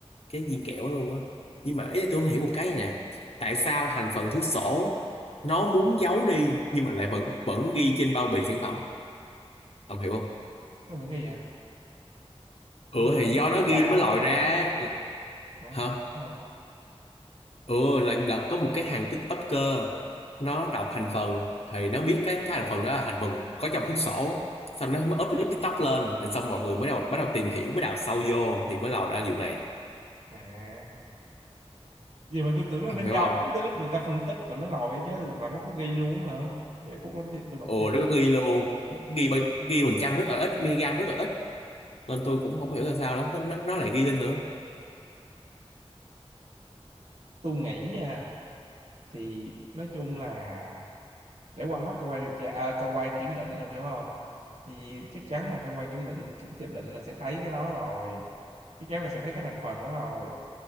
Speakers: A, on the left (about 65°); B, on the right (about 80°).
A: cái viên kẹo đó luôn á nhưng mà ý là tôi không hiểu một cái này nè tại sao thành phần thuốc sổ nó muốn giấu đi nhưng mà lại vẫn vẫn ghi trên bao bì sản phẩm ông hiểu không
B: nó mọi người à tôi
A: ừ
B: tưởng
A: thì
B: nó
A: do
B: điều
A: nó ghi
B: tra
A: nó
B: ra
A: mới lòi
B: mấy
A: ra
B: cái này Ủa,
A: hả
B: đúng không
A: ừ là đợt có một cái hàng TikToker nó đọc thành phần thì nó biết cái cái thành phần đó là thành phần có trong thuốc sổ xong nó mới up clip TikTok lên rồi xong mọi người mới đầu bắt đầu tìm hiểu mới đào sâu vô thì mới lòi ra vụ này
B: à vậy mà tôi tưởng là
A: ông
B: nó
A: hiểu
B: giống
A: không
B: tới lúc người ta phân tích rồi mới lòi ra chứ là nó có ghi luôn hả vậy cốt đó thì tôi đọc
A: ồ
B: thêm
A: nó có ghi luôn ghi bên- ghi phần trăm rất là ít miligam rất là ít nên tôi cũng không hiểu là sao nó nó, nó lại ghi lên nữa
B: tôi nghĩ nha thì nói chung là để qua mắt cơ quan điều tra à, cơ quan kiểm định ông hiểu không thì chắc chắn là cơ quan kiểm định kiểm tra định là sẽ thấy cái đó rồi chắc chắn là sẽ thấy cái thành phần đó rồi